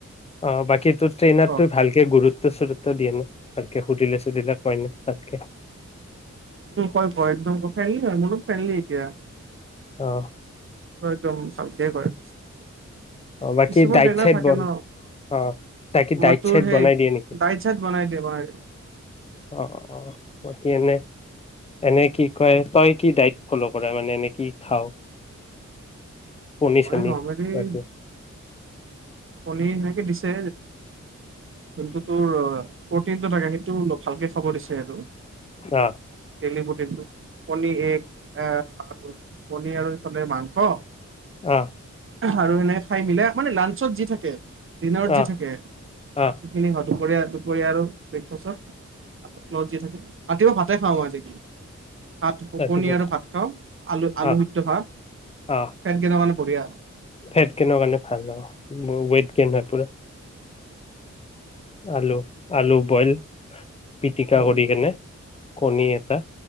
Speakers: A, on the left; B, on the right.
A: অ বাকী তোৰ ট্ৰেইনাৰটো
B: অ
A: ভালকে গুৰুত্ব দিয়ে নে তাকে সুধিলে সুধিলে কয় নে তাতকে
B: কল ক একদম ফ মত ফেনলী এতিয়া
A: অহ
B: তোৰ একদম কৰে কিছুমান
A: অ বাকী ডাইট
B: ট্ৰেইনাৰ
A: চাইট
B: থাকে
A: বন
B: ন
A: অ বাকী ডাইট
B: ব তোৰ
A: চাইট
B: সেই
A: বনাই দিয়ে নেকি
B: ডাইট চাইট বনাই দিয় বনাই দ
A: অ অ বাকী এনে এনে কি কয় তই কি ডাইট ফল' কৰা মানে এনে কি খাও কণী
B: মই
A: চণী
B: নৰ্মেলি
A: বাকে
B: কণী সেনেকে দিছে যোনটো তোৰ প্ৰটিন থাকে সেইটোলপ ভালকে খাব দিছে আৰু
A: আহ
B: ডেইলি প্ৰটিন টো কনীৰ এ আৰু কণীৰ আৰু মাংস
A: আহ
B: আৰু এনে খাই মিলাই মানে লা চবজি দিনত
A: অ
B: যি থাকে সেইখিনি
A: অ
B: দুপৰীয়া দুপৰীয়া আৰু ব্ৰেকফাষ্টতত থাকে ৰাতিপুৱা ভাতে খাওঁ আজিকালি ভাত
A: ৰাতিপুৱা
B: কণী আৰু ভাত খাওঁ আলু আলু
A: অ',
B: সিদ্ধ ভাত খট
A: অ',
B: কেইটামানে দুপৰীয়া
A: ফেট গেইনৰ কাৰণে ভাল আৰু ৱেট গেইন হয় পুৰা আলু আলু বইল পিটিকা
B: উম,
A: কৰি কেনে কণী এটা